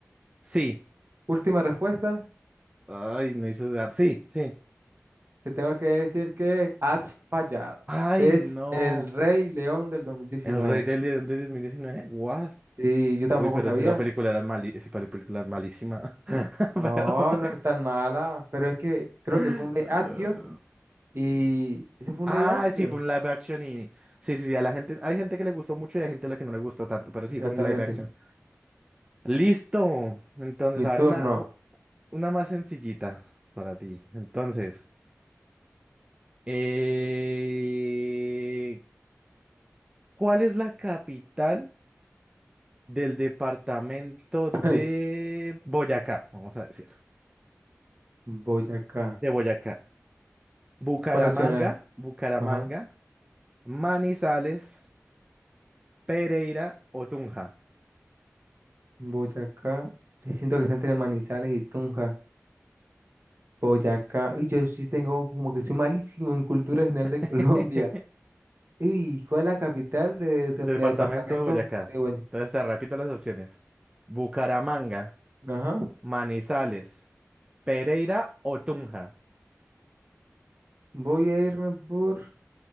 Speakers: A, on the right (about 20°); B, on the right (about 50°).
A: Sí.
B: Última respuesta.
A: Ay, no hizo dudar. Sí, sí.
B: Te tengo que decir que has fallado.
A: Ay,
B: Es
A: no.
B: el Rey León del dos mil diecinueve.
A: El Rey del León de dos mil diecinueve, What?
B: Sí, yo tampoco
A: Uy, pero
B: sabía.
A: si esa película era mali esa película es malísima. <laughs>
B: No,
A: Pero bueno.
B: no es tan mala, pero es que creo
A: Eh,
B: que fue un live action y ese fue un
A: Ah,
B: live action.
A: sí, fue un live action y. Sí, sí, sí. A la gente, hay gente que le gustó mucho y hay gente a la que no le gustó tanto, pero sí,
B: Exactamente.
A: fue un live action. Listo. Entonces,
B: Mi
A: a
B: turno.
A: ver, una, u- una más sencillita para ti. Entonces, eh, ¿cuál es la capital del departamento de
B: <laughs> Ay,
A: Boyacá? Vamos a decir.
B: Boyacá.
A: De Boyacá. Bucaramanga,
B: ¿Cuál opción es?
A: Bucaramanga,
B: Ajá.
A: Manizales, Pereira o Tunja.
B: Boyacá. Sí, Siento que está entre Manizales y Tunja. Boyacá. Uy, yo sí tengo como que soy malísimo en cultura general
A: <laughs>
B: de <laughs> Colombia. ¿Y cuál es la capital de- de-
A: Departamento
B: del departamento
A: de Boyacá.
B: de Boyacá?
A: Entonces te repito las opciones. Bucaramanga,
B: Ajá.
A: Manizales, Pereira o Tunja.
B: Voy a irme por,